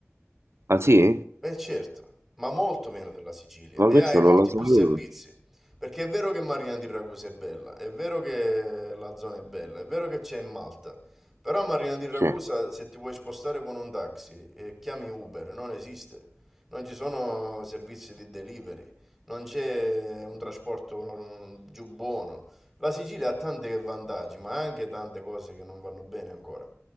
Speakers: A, on the right (about 70°); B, in the centre.
A: ah sì?
B: Eh certo, ma molto meno della Sicilia
A: Ma
B: e
A: questo
B: hai molti
A: non lo sapevo.
B: più servizi, perché è vero che Marina di Ragusa è bella, è vero che la zona è bella, è vero che c'è in Malta, però a Marina di Ragusa
A: Sì,
B: se ti vuoi spostare con un taxi e chiami Uber, non esiste, non ci sono servizi di delivery, non c'è un trasporto mm, giù buono. La Sicilia ha tanti vantaggi, ma anche tante cose che non vanno bene ancora.